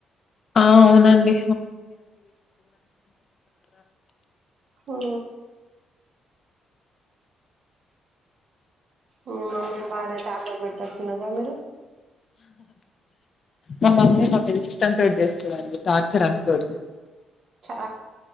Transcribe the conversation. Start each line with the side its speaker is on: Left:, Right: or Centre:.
Left: ఆ అవునండి
Right: ఓ మీ మమ్మీ బారే టాట పెట్టట్టున్నాగా మీరు
Left: మమమ్మీ మమ్మీ ఇష్టంతో చేస్తువాళడి టార్చర్ అనుకోతు
Right: చా